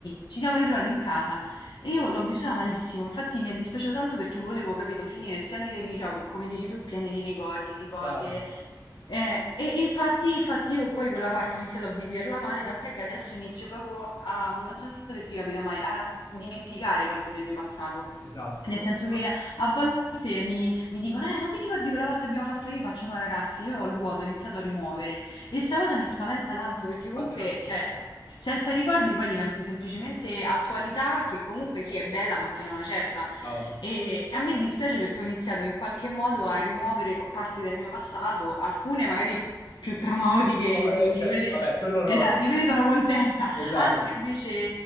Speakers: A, on the left (about 85°); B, on the left (about 65°).
A: ci siamo ritrovati in casa e
B: Eh,
A: io l'ho vissuta malissimo, infatti mi è dispiaciuto tanto perché volevo, capito, finire questi anni del liceo che, come dici tu, pieni di ricordi, di cose,
B: Brava.
A: eh, e, e infatti, infatti io poi quella parte ho iniziato a viverla male, tant'è che adesso inizio proprio a, non so se ti capita mai, a dimenticare cose del mio passato.
B: Esatto,
A: Nel senso
B: esatto.
A: che a volte mi, mi dicono, eh, ma ti ricordi quella volta abbiamo fatto io? Faccio no, ragazzi, io ho il vuoto, ho iniziato a rimuovere. E sta cosa mi spaventa tanto perché comunque,
B: Anche a me.
A: cioè, senza ricordi poi diventa semplicemente attualità che comunque sì è bella, ma fino a una certa.
B: Brava.
A: E a me dispiace perché ho iniziato in qualche modo a rimuovere co- parti del mio passato, alcune magari più traumatiche
B: No, eh,
A: di,
B: certo,
A: di quelle,
B: vabbè, quello è
A: esa-
B: logico.
A: di quelle sono contenta,
B: Esatto.
A: altre invece...